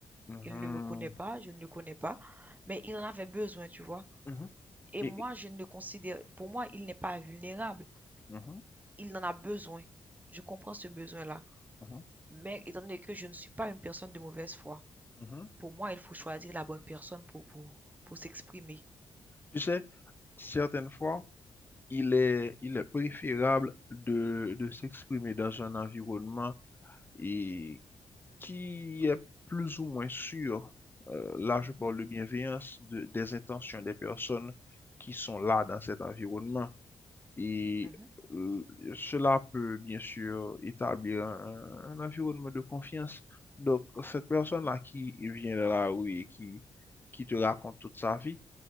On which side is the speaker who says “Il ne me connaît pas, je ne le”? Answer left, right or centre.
Right